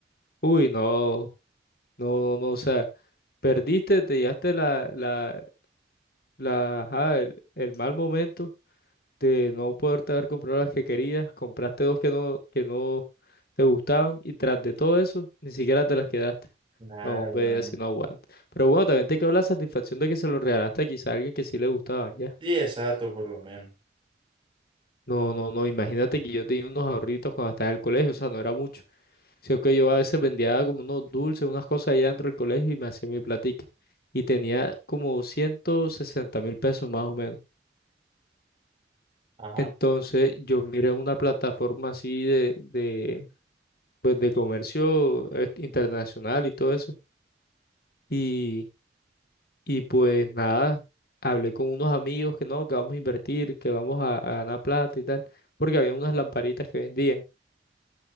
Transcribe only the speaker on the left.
Uy, no, no, no, o sea, perdiste, te llevaste la, la, la, ajá, el, el mal momento de no poderte haber comprado las que querías, compraste dos que no, que no te gustaban y tras de todo eso, ni siquiera te las quedaste.
No,
ve, así no aguanta. Pero bueno, también te quedó la satisfacción de que se lo regalaste quizá a alguien que sí le gustaban, ya.
No, no, no, imagínate que yo tenía unos ahorritos cuando estaba en el colegio, o sea, no era mucho, sino que yo a veces vendía como unos dulces, unas cosas allá dentro del colegio y me hacía mi platica. Y tenía como ciento sesenta mil pesos más o menos.
Entonces yo miré una plataforma así de, de, pues, de comercio eh, internacional y todo eso. Y, y pues nada, hablé con unos amigos que no, que vamos a invertir, que vamos a, a ganar plata y tal, porque había unas lamparitas que vendían.